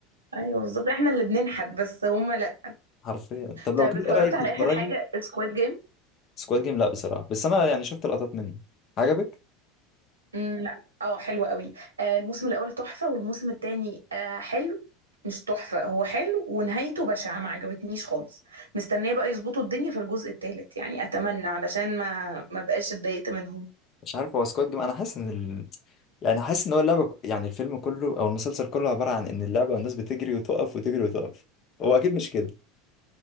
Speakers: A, on the right; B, on the left.
A: ايوه بالظبط احنا اللي بننحت بس هما لا
B: حرفيا طب لو
A: طيب
B: كده
A: اتفرجت
B: ايه رايك
A: على
B: تتفرجي
A: اخر حاجه سكواد جيم
B: سكواد جيم لا بصراحة بس انا يعني شفت لقطات منه عجبك
A: امم لا اه حلو قوي آه الموسم الاول تحفه والموسم التاني آه حلو مش تحفه هو حلو ونهايته بشعه ما عجبتنيش خالص مستنيه بقى يظبطوا الدنيا في الجزء التالت يعني اتمنى علشان ما ما بقاش اتضايقت منهم
B: مش عارف هو سكواد جيم انا حاسس ان ال... يعني حاسس ان هو اللعبة يعني الفيلم كله او المسلسل كله عبارة عن ان اللعبة والناس بتجري وتقف وتجري وتقف هو اكيد مش كده